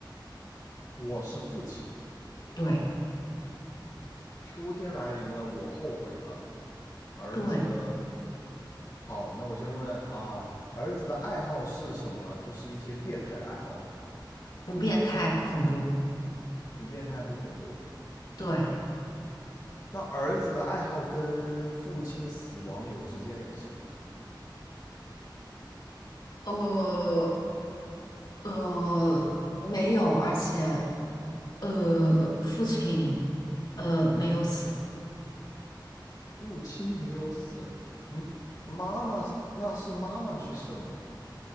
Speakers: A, on the left (about 45°); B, on the left (about 60°).
A: 我是父亲，
B: 对
A: 秋天来临了，我后悔了。儿子的，
B: 对，
A: 好，那我先问啊，儿子的爱好是什么？就是一些变态的爱好吗？
B: 不变态，不恐怖，
A: 不变态，不恐怖。
B: 对，
A: 那儿子的爱好跟父亲的死亡有直接联系吗？
B: 呃呃，没有，而且呃，父亲呃没有死，
A: 父亲没有死，嗯，妈妈是那是妈妈去世了吗？